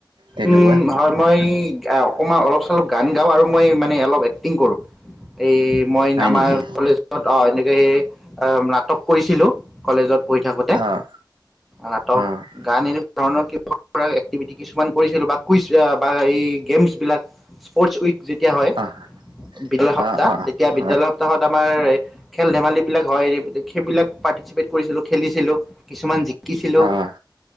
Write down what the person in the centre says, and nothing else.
উম হয় মই অকমান অলপ চলপ গান গাওঁ আৰু মই মানে অলপ এক্টিং কৰো। এই মই
আমাৰ
কলেজত অ এনেকে সেই অ ন তপ কৰিছিলো, কলেজত। পঢ়ি থাকোতে
নাটক
গান এনেকোৱা ধৰণৰ একটিভিটি কিছু কিছুমান কৰিছিলো বা কুইজ বা এই গেমছ বিলাক স্পৰ্টচ উইক যেতিয়া হয়
বিদ্যালয়
সপ্তাহ
তেতিয়া
বিদ্যালয় সপ্তাহত আ আমাৰ খেল ধেমালি বিলাক হয় সেইবিলাক পাৰ্টিচিপেট কৰিছিলো খেলিছিলো কিছুমান শিকিছিলো